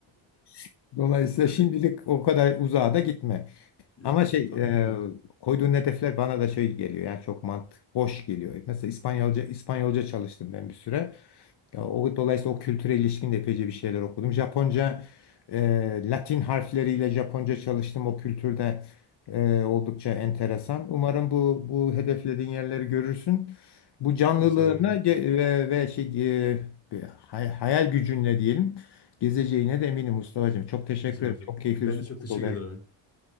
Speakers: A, on the left; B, on the left.
A: <laughs> Dolayısıyla
B: Ya
A: şimdilik
B: bir
A: o kadar uzağa da gitme.
B: ya
A: Ama
B: hocam
A: şey
B: tabii
A: e,
B: ki.
A: koyduğun hedefler bana da şey geliyor yani çok mant hoş geliyor. Mesela İspanyolca İspanyolca çalıştım ben bir süre. Ya, o dolayısıyla o kültüre ilişkin de epeyce bir şeyler okudum. Japonca e, Latin harfleriyle Japonca çalıştım. O kültürde e, oldukça enteresan. Umarım bu bu hedeflediğin yerleri görürsün. Bu canlılığına
B: İnşallah hocam.
A: ge- ve, ve şey e, bir hay- hayal gücünle diyelim gezeceğine de eminim Mustafa'cığım. Çok
B: <laughs>
A: teşekkür
B: İnşallah
A: ederim.
B: hocam.
A: Çok keyifli
B: Ben
A: bir sohbet
B: de çok teşekkür
A: oldu.
B: ederim.